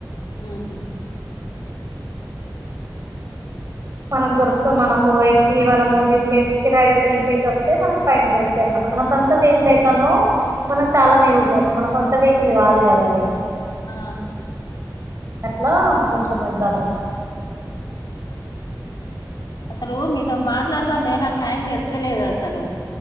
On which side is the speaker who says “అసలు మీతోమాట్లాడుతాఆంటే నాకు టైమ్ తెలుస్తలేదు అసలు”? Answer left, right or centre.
Left